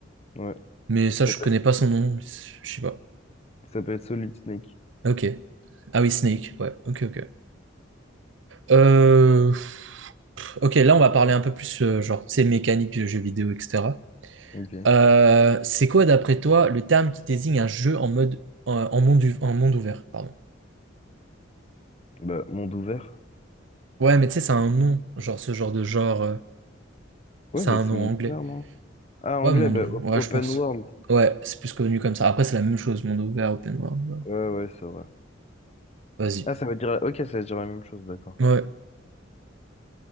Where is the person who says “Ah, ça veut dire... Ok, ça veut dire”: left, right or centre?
Left